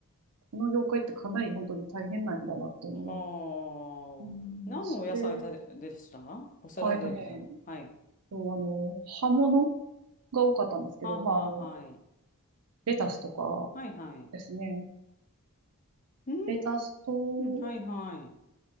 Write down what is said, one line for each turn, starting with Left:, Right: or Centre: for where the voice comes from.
Right: この業界ってかなり本当に大変なんだなっていうのが、
Left: はあ。
Right: うん、
Left: 何のお野菜たで、
Right: それ、
Left: でしたお皿で出てた。
Right: あえっとね、
Left: はい。
Right: そうあの、葉物が多かったんですけど、
Left: はあはあ、
Right: まあ、あの、
Left: はい。
Right: レタスとか
Left: はいはい。
Right: ですね。
Left: うー
Right: レタスと、うん
Left: ん、はいはい。